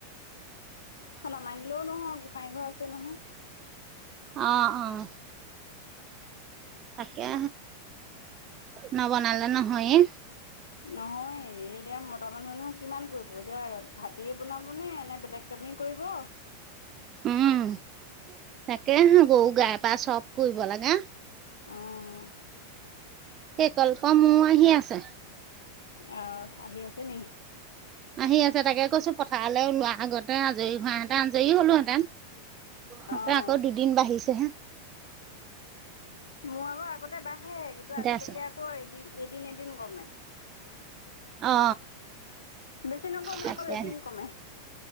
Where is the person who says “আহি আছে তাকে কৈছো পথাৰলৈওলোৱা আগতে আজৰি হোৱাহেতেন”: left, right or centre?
Right